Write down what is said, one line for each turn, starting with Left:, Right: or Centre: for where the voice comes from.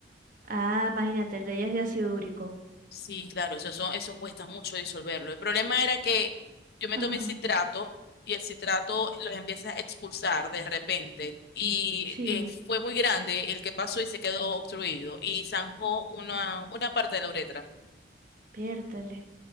Right: Ah, imagínate, el de ella es de ácido úrico.
Left: Sí, claro, eso, son- eso cuesta mucho disolverlo. El problema era que yo me
Right: Ajá,
Left: tomé citrato y el citrato los empieza a expulsar de repente. Y
Right: sí.
Left: eh, fue muy grande el que pasó y se quedó obstruido y zanjó una, una parte de la uretra.
Right: Piértale.